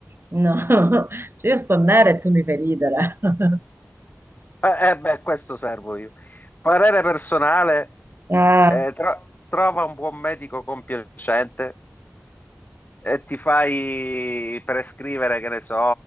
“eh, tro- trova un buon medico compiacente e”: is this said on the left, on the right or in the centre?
Left